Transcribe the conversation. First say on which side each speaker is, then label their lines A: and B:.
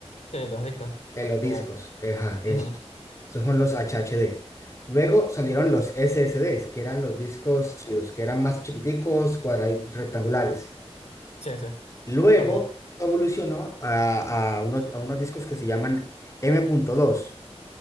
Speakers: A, on the left; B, on the left.
A: Sí, los discos.
B: eh, los discos,
A: Que,
B: eh, ajá, eso.
A: ujú.
B: Esos son los HHDs. Luego salieron los SSDs, que eran los discos sólidos, que eran más chiquiticos, cuadraditos, rectangulares.
A: Sí, sí.
B: Luego
A: Ok,
B: evolucionó a, a unos, a unos discos que se llaman M punto dos